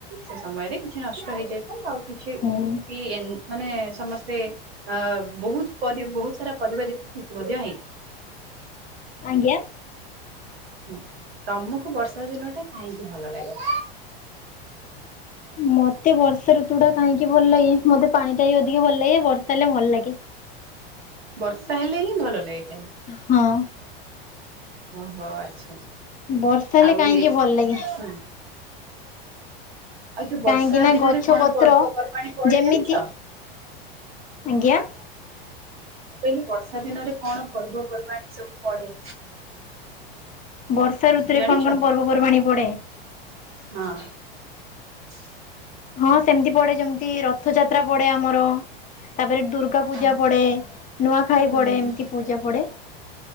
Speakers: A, on the right (about 80°); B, on the left (about 25°).
A: ସେ ସମୟରେ କିଛି ନଷ୍ଟ ହେଇଯାଇଥାଏ ଆଉ କିଛି
B: ହୁଁ
A: ମାନେ ସମସ୍ତେ ଅ ବହୁତ ପ ବହୁତ ସାରା ପରିବା ଦେଖିକି ଖୁସି ମଧ୍ୟ ହେଇଥାଏ।
B: ଆଜ୍ଞା।
A: ହୁଁ ତମକୁ ବର୍ଷା ଦିନ ଟା କାହିଁକି ଭଲ ଲାଗେ।
B: ମତେ ବର୍ଷା ଋତୁ ଟା କାହିଁକି ଭଲ ଲାଗେ ମତେ ପାଣି ଟା ବି ଅଧିକ ଭଲ ଲାଗେ ବର୍ଷା ହେଲେ ଭଲ ଲାଗେ।
A: ବର୍ଷା ହେଲେ ହିଁ ଭଲ ଲାଗେ ଖା
B: ହଁ।
A: ଓହୋ ଆଚ୍ଛା
B: ବର୍ଷା ହେଲେ
A: ଆଉ
B: କାହିଁକି
A: ଏ
B: ଭଲ ଲାଗେ?
A: ହୁଁ ଆଉ ଯୋଉ ବର୍ଷା
B: କାହିଁକି ନା
A: ଦିନରେ
B: ଗଛ
A: କଣ
B: ପତ୍ର
A: ପର୍ବପର୍ବାଣୀ ପଡେ
B: ଯେମିତି
A: ଜାଣିଛ?
B: ଆଜ୍ଞା।
A: କହିଲେ ବର୍ଷା ଦିନରେ କଣ ପର୍ବପର୍ବାଣୀ ସବୁ ପଡେ।
B: ବର୍ଷା ଋତୁରେ
A: ଜାଣିଛ?
B: କଣ କଣ ପର୍ବପର୍ବାଣି ପଡେ।
A: ହଁ। <inaudible>
B: ହଁ ସେମିତି ପଡେ ଯେମିତି ରଥଯାତ୍ରା ପଡେ ଆମର ତାପରେ ଦୁର୍ଗା ଦୁକା ପୂଜା
A: ହଁ
B: ପଡେ ନୂଆଖାଇ
A: ହୁଁ।
B: ପଡେ ଏମିତି ପୂଜା ପଡ଼େ।